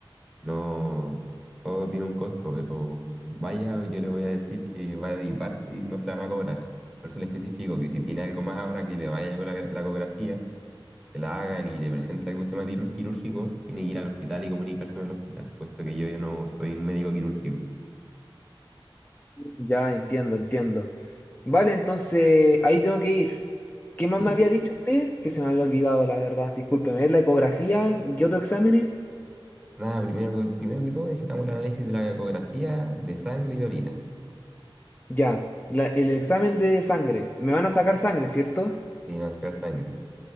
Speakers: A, in the centre; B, on the left.
A: no, todo tiene un costo, pero vaya, yo le voy a decir que vaya de mi parte y no se la van a cobrar. Por eso le especifico que si tiene algo más ahora que le vaya con la, la ecografía, que la hagan y le presente algún tema tirú- quirúrgico, tiene que ir al hospital y comunicarse con el hospital, puesto que yo ya no soy un médico quirúrgico.
B: Ya entiendo, entiendo. Vale, entonces ahí tengo que ir. ¿Qué más
A: Sí,
B: me había dicho usted? Que se me había olvidado, la verdad. Discúlpeme, la ecografía? ¿Qué otro exámenes?
A: Nada, primero, primero que todo necesitamos el análisis de la ecografía de sangre y de orina.
B: Ya, la- el examen de sangre. Me van a sacar sangre, ¿cierto?
A: Sí, vamos a sacar sangre.